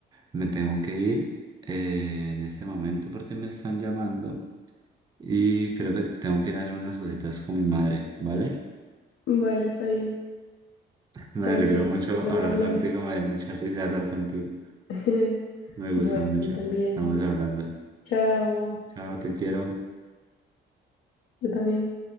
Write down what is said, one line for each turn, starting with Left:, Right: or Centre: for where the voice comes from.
Right: Me tengo que ir eh, en este momento porque me están llamando. Y creo que tengo que ir a hacer unas cositas con mi madre, ¿vale?
Left: Vale, está bien,
Right: <laughs> Me
Left: tranqui,
Right: alegró mucho
Left: luego
Right: hablar
Left: hablamos.
Right: contigo, me dio mucha risa hablar contigo.
Left: <laughs>
Right: Me gustó
Left: Bueno,
Right: mucho.
Left: yo también.
Right: Estamos hablando.
Left: Chao,
Right: Chao, te quiero.
Left: yo también.